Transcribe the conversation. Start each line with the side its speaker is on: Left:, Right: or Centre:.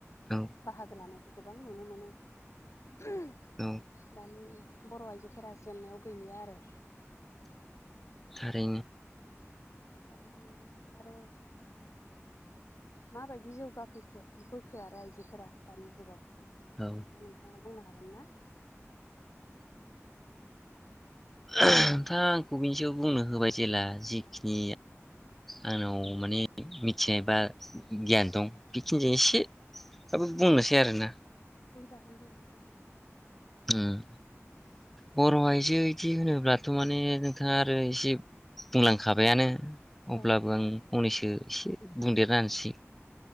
Centre: औ
Left: बाहागो लानाय गोबां नुनो मोनो। दानि
Centre: औ
Left: बर' आइजोफोरा जेन्नायाव गैलिया आरो।
Centre: थारैनो।
Left: थारै नंगौ आरो माबायदि जौगाफैखो बोखो आरो आइजोफोरा दानि जुगाव?
Centre: औ
Left: बेखौ नोंथाङा बुंनो हागोन ना?
Centre: <unintelligible> नोंथा आंखौ बिनि सायाव बुंनो होबाय जेब्ला जिखिनि आंनाव माने मिथिनाय बा गियान दं बेखिनिजों एसेबाबो बुंनोसै आरोना
Left: बुंजा गोन दे नोंथां
Centre: ओम बर' आइजो बिदि होनोब्लाथ' माने नोंथाङा आरो एसे बुंलांखाबायानो।
Left: औ
Centre: अब्लाबो आं फंनैसो दे एसे बुंदेरसै